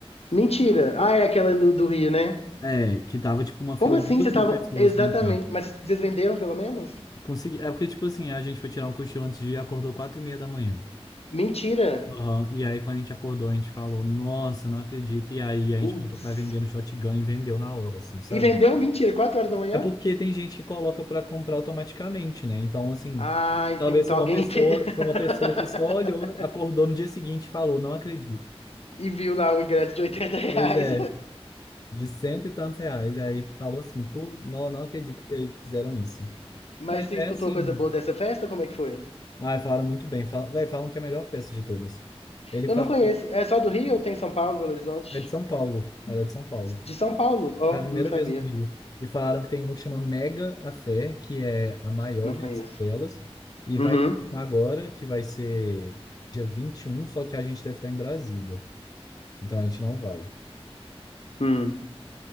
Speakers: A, on the left; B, on the left.
A: Mentira. Ah, é aquela do, do Rio, né?
B: É, que tava tipo uma fila
A: Como
B: de
A: assim?
B: duas
A: Vocês estavam
B: mil pessoas
A: exatamente,
B: pra entrar.
A: mas vocês venderam pelo menos?
B: Consegui... É porque, tipo assim, a gente foi tirar um cochilo antes de ir, acordou quatro e meia da manhã.
A: Mentira.
B: Aham, E aí, quando a gente acordou, a gente falou, nossa, não acredito. E aí, a gente
A: Putz.
B: botou pra vender no Shotgun e vendeu na hora, assim, sabe?
A: E vendeu? Mentira, 4 horas da manhã?
B: É porque tem gente que coloca pra comprar automaticamente, né? Então, assim,
A: Ah, entendi.
B: talvez
A: Então
B: foi
A: alguém.
B: uma pessoa,
A: te- <laughs>
B: foi uma pessoa que só olhou, acordou no dia seguinte e falou, não acredito.
A: e viu lá o ingresso de 80 reais.
B: Pois é, de cento e tantos reais. Aí falou assim, pô, não, não acredito que é aí que fizeram isso.
A: <laughs> Mas
B: Mas
A: você
B: é
A: escutou
B: assim.
A: coisa boa dessa festa? Como é que foi?
B: Ai, falaram muito bem. Falam, véi, falam que é a melhor festa de todas. Ele
A: Eu
B: falou,
A: não conheço. É só do Rio ou tem São Paulo, Belo Horizonte?
B: é de São Paulo. Ela é de São Paulo.
A: De São Paulo? Ó,
B: Foi a primeira
A: não sabia.
B: vez no Rio. E falaram que tem uma que chama Mega a Fé, que é a maior
A: Não
B: versão
A: conheço.
B: delas. E
A: Uhum.
B: vai ter uma agora, que vai ser dia 21. só que a gente deve estar em Brasília. Então a gente não vai.
A: Hum.